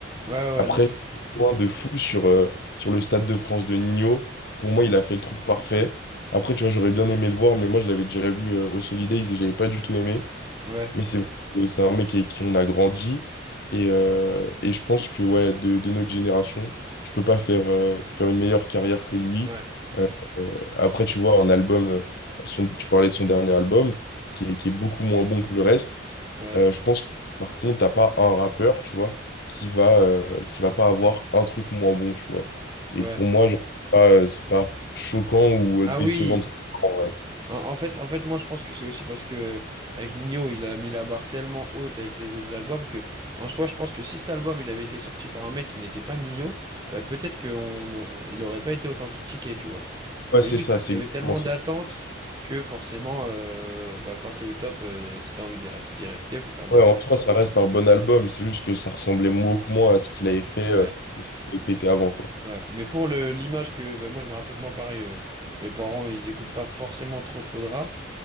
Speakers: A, on the right (about 20°); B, on the left (about 55°).
A: ouais,
B: vois.
A: ouais,
B: Après,
A: non, mais-
B: point de fou sur, euh, sur le Stade de France de Nino. Pour moi, il a fait le truc parfait. Après, tu vois, j'aurais bien aimé le voir, mais moi, je l'avais déjà vu euh, au Solidays et j'avais pas du tout aimé.
A: ouais,
B: Mais c'est vrai que c'est un mec avec qui on a grandi. Et, euh, et je pense que ouais, de, de notre génération, tu peux pas faire, euh, faire une meilleure carrière que lui.
A: ouais,
B: Euh, euh, après, tu vois, un album, euh, son- tu parlais de son dernier album, qui est, qui est beaucoup moins bon que le reste.
A: ouais.
B: Euh, je pense que, par contre, t'as pas un rappeur, tu vois, qui va, euh, qui va pas avoir un truc moins bon, tu vois. Et
A: Ouais.
B: pour moi, genre, c'est pas, euh, c'est pas choquant ou euh,
A: Ah
B: décevant.
A: oui,
B: de- Ouais,
A: en, en fait, en fait, moi je pense que c'est aussi parce que avec Nino, il a mis la barre tellement haute avec les autres albums que, en soi, je pense que si cet album il avait été sorti par un mec qui n'était pas Nino, bah peut-être qu'on aur- il aurait pas été autant critiqué, tu vois.
B: Ouais,
A: Mais
B: c'est
A: juste
B: ça,
A: parce
B: c'est
A: qu'il
B: exactement
A: y avait tellement
B: ça.
A: d'attentes que forcément, euh, bah, quand t'es au top, euh, si t'as envie d'y res- d'y rester, faut faire des.
B: Ouais, en soi, ça reste un bon album. C'est juste que ça ressemblait beaucoup moins à ce qu'il avait fait
A: Ouais.
B: euh, et ce qu'il avait pété avant, quoi.
A: Ouais. Mais pour le l'image que, bah, moi je me rappelle, moi pareil, euh, mes parents ils écoutent pas forcément trop trop de rap.